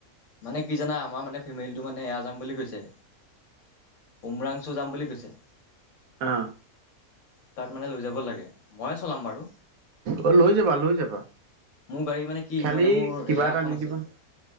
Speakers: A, on the left (about 60°); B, on the right (about 70°).
A: মানে কি জানা আমাৰ মানে ফেমিলিটো মানে এয়া যাম বুলি কৈছে। উমৰাং চু যাম বুলি কৈছে।
B: অঁহহ'।
A: তাত মানে লৈ যাব লাগে, মইয়ে চলাম বাৰু।
B: অ লৈ যাবা লৈ যাবা
A: মোৰ গাড়ী মানে কি
B: খালি
A: মানে মোৰ
B: কিবা
A: এয়া
B: এটা
A: এখন
B: দি
A: আছে।
B: দিবা